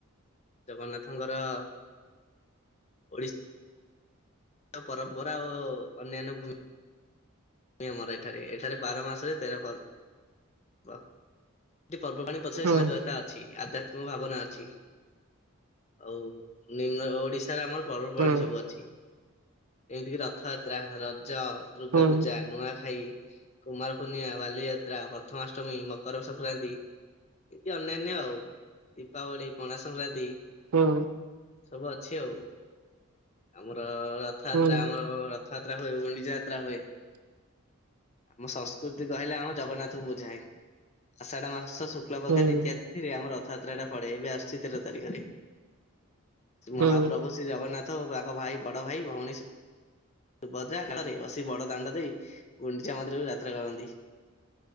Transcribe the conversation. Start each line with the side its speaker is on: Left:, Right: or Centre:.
Left: ଜଗନ୍ନାଥଙ୍କର ଓଡ଼ିଶା ପରମ୍ପରା ଓ ଅନ୍ୟାନ୍ୟ ଭୂମି ଆମର ଏଠାରେ ଏଠାରେ ବାର ମାସରେ ତେର ଫର୍ <inaudible> ଅଛି
Right: ହୁଁ
Left: ଆଧ୍ୟାତ୍ମିକ ଭାବନା ଅଛି ଆଉ ନିମ୍ନ ଓଡିଶାରେ ଆମର ପର୍ବପବାଣି
Right: ହୁଁ
Left: ସବୁ ଅଛି ଏମିତିକି ରଥଯାତ୍ରା ରଜ ଦୁର୍ଗା
Right: ହୁଁ
Left: ପୂଜା ନୂଆଖାଇ କୁମାର ପୂର୍ଣ୍ଣିମା ବାଲିଯାତ୍ରା ପ୍ରଥମାଷ୍ଟମୀ ମକର ସଂକ୍ରାନ୍ତି ଏଇତି ଅନ୍ୟାନ୍ୟ ଆଉ ଦୀପାବଳି ପଣା ସଂକ୍ରାନ୍ତି
Right: ହୁଁ
Left: ସବୁ ଅଛି ଆଉ ଆମର ରଥଯାତ୍ରା
Right: ହୁଁ
Left: ଆମର ଛାତ୍ରା ହଏ ଗୁଣ୍ଡି ଯାତ୍ରା ହଏ ଆମ ସଂସ୍କୃତି କହିଲେ ଆମ ଜଗନ୍ନାଥ କ ବୁଝାଏ ଆଷାଢ ମାସ ଶୁକ୍ଳପକ୍ଷ
Right: ହୁଁ
Left: ଦ୍ୱିତୀୟ ଥିରେ ଆମ ରଥଯାତ୍ରା ଟା ପଡେ ଏବେ ଆସୁଛି କତେର ତାରିଖରେ
Right: ହୁଁ
Left: ମହାପ୍ରଭୁ
Right: ହୁଁ
Left: ଶ୍ରୀ ଜଗନ୍ନାଥ ଓ ତାଙ୍କ ଭାଇ ବଡ ଭାଇ ଭଉଣୀ ସୁଭଦ୍ରା କାଳରେ ବସି ବଡ ଦାଣ୍ଡ ଦେଇ ଗୁଣ୍ଡିଚା ମନ୍ଦିରକୁ ଯାତ୍ରା କରନ୍ତି